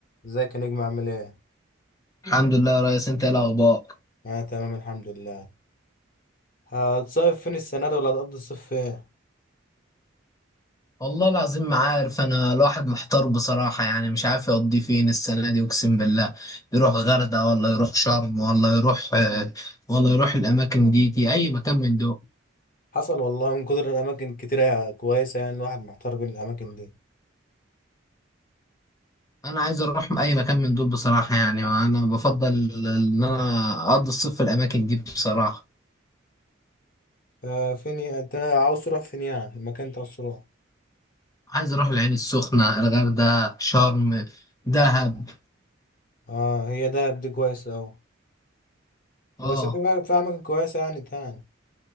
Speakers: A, on the left (about 45°); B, on the left (about 15°).
A: ازيك يا نجم عامل ايه؟
B: الحمد لله يا ريس انت ايه الاخبار
A: اه تمام الحمد لله هتصيف فين السنة دي ولا هتقضي الصيف فين؟
B: والله العظيم ما عارف انا الواحد محتار بصراحة يعني مش عارف يقضي فين السنة دي اقسم بالله يروح غردقة ولا يروح شرم ولا يروح آه، ولا يروح الاماكن دي, دي اي مكان من دول
A: حصل والله من كتر الأماكن كتيرة كويسة يعني الواحد محتار بين الأماكن دي
B: انا عايز اروح اي مكان من دول بصراحة يعني انا بفضل ان انا اقضي الصيف في الاماكن دي بصراحة
A: ففين ي- انت عاوز تروح فين يعني؟ المكان انت عاوز تروح
B: عايز اروح العين السخنة الغردقة شرم دهب
A: اه هي دهب دي كويسة أوي
B: اه
A: بس في م- في أماكن كويسة يعني تاني